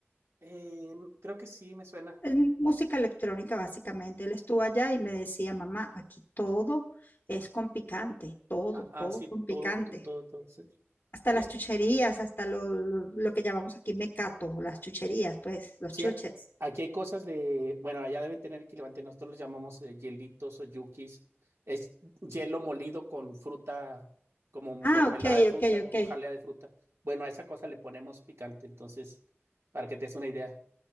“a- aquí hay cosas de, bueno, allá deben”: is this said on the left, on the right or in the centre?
Right